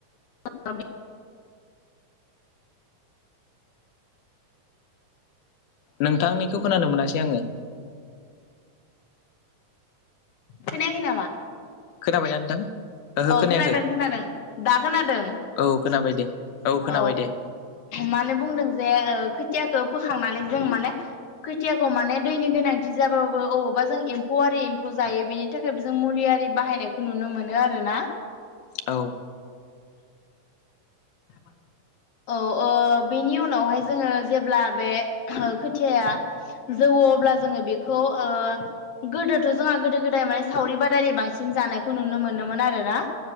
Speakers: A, on the left (about 65°); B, on the left (about 80°).
A: <unintelligible>
B: नोंथांनिखौ खोनानो मोनासै आङो।
A: खोनायाखै नामा?
B: खोनाबायना नोंथां? ओहो
A: अ
B: खोनायाखै
A: खोनादों खोनादों दा खोनादों।
B: औ खोनाबाय दे खोनाबाय
A: औ
B: दे
A: मानो बुंदों जे ओ खोथिया खो फोखांनानै जों माने खोथियाखौ माने दैनि गोनांथि जाबाबो अबावबा जों एम्फौआरि एमफौ जायो बेनि थाखायबो जों मुलि आरि बाहायनायखौ नुनो मोनो आरोना।
B: औ
A: <inaudible> <inaudible> अ ओ बेनि उनावहाय जोङो जेब्ला बे खोथियाया जौवो अ ब्ला जोङो बेखौ ओ गोदोथ' जोंहा गोदो-गोदाय माने सावरि बादालि बांसिन जानायखौ नुनो मोनोमोन आरो ना।